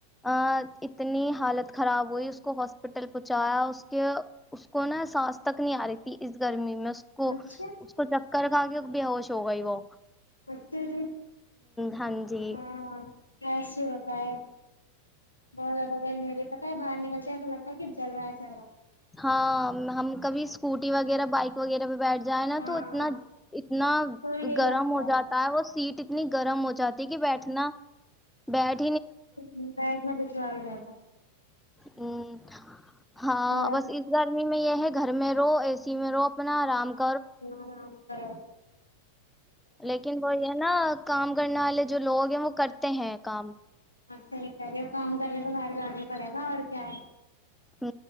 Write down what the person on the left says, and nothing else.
اچھا
اچھھر
ہاں کیسے ہوتا ہے ب بغیر م یہے پتا ہے باہر نکلتے ایسا لگتا ہے کہ جل رہا ہے چل رہا ہے <unintelligible>
ہاں
ہاں
تو یہی
لگتا
تنا دشوار ہو جاتا <unintelligible>
ہے اور
ہ
<unintelligible> ہا <unintelligible>
صحی کہہیے کام کرنے کے باہر جانا ہی پڑے گا اور کیا ہے <inaudible>